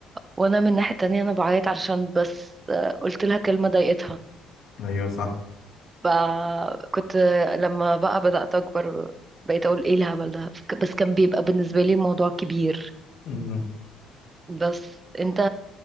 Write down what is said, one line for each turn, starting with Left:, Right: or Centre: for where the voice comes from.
Right: وانا من ناحية تانية انا بعيط علشان بس آه، قلت لها كلمة ضايقتها
Left: ايوه صح
Right: فكنت لما بقى بدأت أكبر بقيت أقول إيه الهبل ده بس كان بيبقى بالنسبة لي الموضوع كبير
Left: مم.
Right: بس أنت